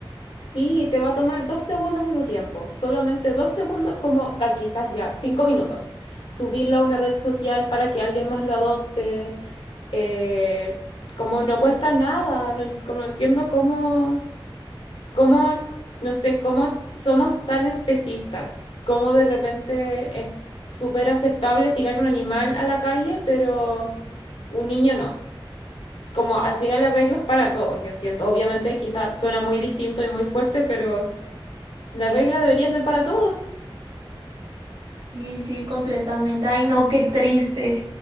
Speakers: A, on the left; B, on the right.
A: sí, te va a tomar dos segundos de tu tiempo, solamente dos segundos, como ah, quizás ya, cinco minutos. Subirlo a una red social para que alguien más lo adopte. eh, como no cuesta nada, no, en- como no entiendo cómo. cómo, no sé, cómo somos tan especistas, cómo de repente es súper aceptable tirar un animal a la calle, pero un niño no. Como al final la regla es para todos, yo siento. Obviamente quizás suena muy distinto y muy fuerte, pero la regla debería ser para todos.
B: Y sí, completamente. Ay, no, qué triste.